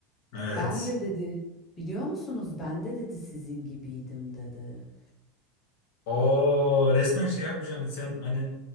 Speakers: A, on the left (about 75°); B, on the left (about 15°).
A: Evet.
B: Ben de dedi, biliyor musunuz? Ben de dedi sizin gibiydim dedi.
A: O resmen şey yapmış hani sen hani